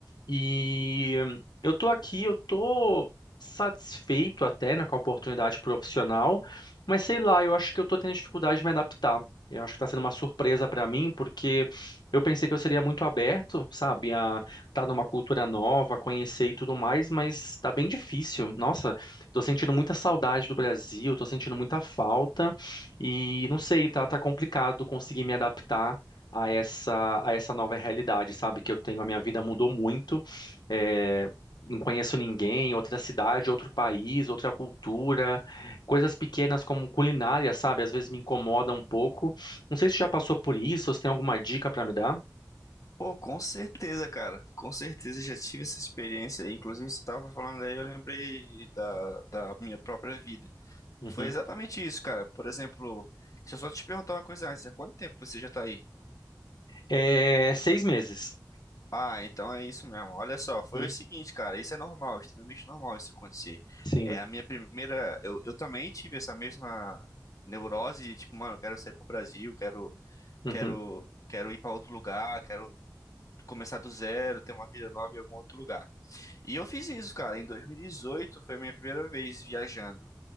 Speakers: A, on the left (about 75°); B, on the left (about 45°).
A: e eu estou aqui, eu estou satisfeito até, né, com a oportunidade profissional, mas sei lá, eu acho que eu estou tendo dificuldade de me adaptar. Eu acho que está sendo uma surpresa para mim, porque eu pensei que eu seria muito aberto, sabe, a estar numa cultura nova, conhecer e tudo mais, mas está bem difícil. Nossa, estou sentindo muita saudade do Brasil, estou sentindo muita falta. E não sei, tá, tá complicado conseguir me adaptar a essa, a essa nova realidade, sabe? Que eu tenho, a minha vida
B: Uhum.
A: mudou muito. é, não conheço ninguém, outra cidade, outro país, outra cultura. Coisas pequenas como culinária, sabe? Às vezes me incomoda um pouco. Não sei se já passou por isso, ou se tem alguma dica pra me dar.
B: Pô, com certeza, cara. Com certeza já tive essa experiência aí. Inclusive, você tava falando aí, eu lembrei da, da minha própria vida.
A: Uhum.
B: Foi exatamente isso, cara. Por exemplo, deixa eu só te perguntar uma coisa antes. Há quanto tempo você já tá aí?
A: É, seis meses.
B: Ah, então é isso mesmo. Olha só, foi
A: Uhum.
B: o seguinte, cara. Isso é normal, extremamente normal isso acontecer.
A: Sim.
B: É a minha primeira. Eu, eu também tive essa mesma neurose de tipo, mano, eu quero sair pro Brasil, quero,
A: Uhum.
B: quero, quero ir pra outro lugar, quero começar do zero, ter uma vida nova em algum outro lugar. E eu fiz isso, cara. Em 2018 foi a minha primeira vez viajando.